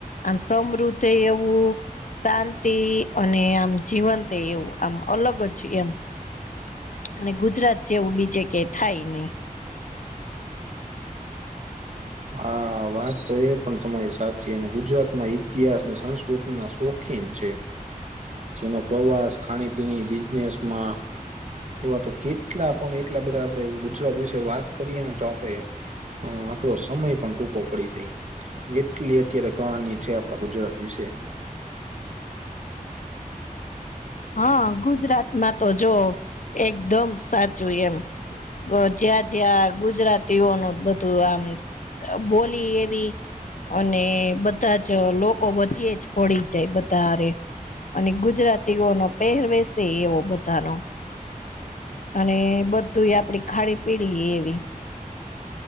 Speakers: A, on the left (about 60°); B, on the right (about 55°).
A: આમ સમૃદ્ધિ એવું શાંતિ અને આમ જીવન. તે એવું આમ અલગજ એમ. અને ગુજરાત જેવું બીજે ક્યાં થાય નહી.
B: હા વાત તો એ પણ સમયે સાચી અને ગુજરાતમાં ઇતિહાસ અને સંસ્કૃતિના શોખીન છે. જેનો પ્રવાસ ખાણીપીણી બિઝનેસમાં. એવા તો કેટલા પણ એટલા બધા આપડે ગુજરાત વિશે વાત કરીએ ને તો આપડે. હમ આપડો. સમય પણ ટૂંકો પડી જાય જેટલી અત્યારે કહાની છે આપણા ગુજરાત વિશે.
A: હા ગુજરાતમાં તો જો એકદમ સાચું એમ. જ્યાં જ્યાં ગુજરાતીઓનું બધું આમ. બોલી એવી. અને બધાજ લોકો બધીજ પડી જાય બાધા હારે. અને ગુજરાતીઓનો પહેરવેશે એવો બધાનો. અને બધું આપડી ખાડી પીડી એવી.